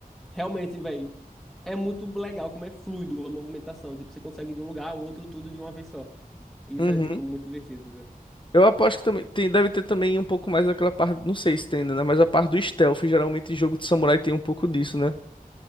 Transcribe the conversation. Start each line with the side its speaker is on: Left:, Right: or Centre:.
Centre: realmente, velho, é muito legal como é fluido a movimentação. Tipo, você consegue ir de um lugar ao outro tudo de uma vez só. E isso
Left: Uhum.
Centre: é, tipo, muito divertido, velho.
Left: Eu aposto que também tem, deve ter também um pouco mais daquela parte, não sei se tem ainda, né? Mas a parte do stealth, geralmente jogo de samurai tem um pouco disso, né?